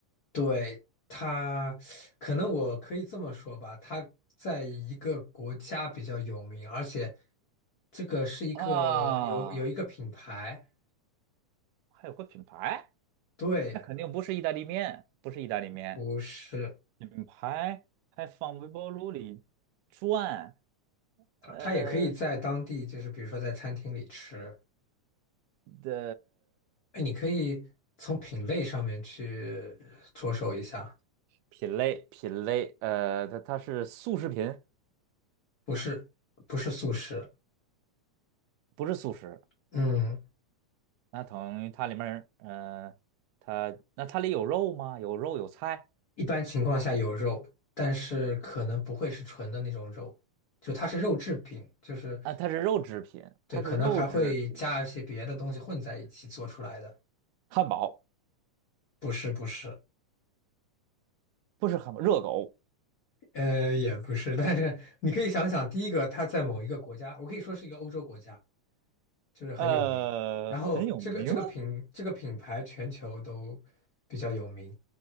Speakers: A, on the left; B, on the right.
A: 对，他，可能我可以这么说吧，他在一个国家比较有名，而且这个是一个有有一个品牌，
B: 啊，还有个品牌，
A: 对，
B: 那肯定不是意大利面，不是意大利面，
A: 不是，
B: 品牌还放微波炉里转，
A: 他他也可以在当地，
B: 呃
A: 就是比如说在餐厅里吃，
B: 的
A: 哎，你可以从品类上面去着手一下，
B: 品类品类，呃，它它是速食品，
A: 不是不是素食，
B: 不是速食，
A: 嗯，
B: 那等于它里面儿，呃，它那它里有肉吗？有肉有菜
A: 一般情况下有肉，但是可能不会是纯的那种肉。就它是肉制品，就是
B: 啊，它是肉制品，
A: 对，
B: 它是肉制品，
A: 可能还会加一些别的东西混在一起做出来的，
B: 汉堡
A: 不是不是，
B: 不是汉堡，热狗，
A: 呃，也不是，但是你可以想想，第一个它在某一个国家，我可以说是一个欧洲国家，就是很有名，
B: 呃，
A: 然后这个这个品这个品牌全球都比较有名，
B: 很有名，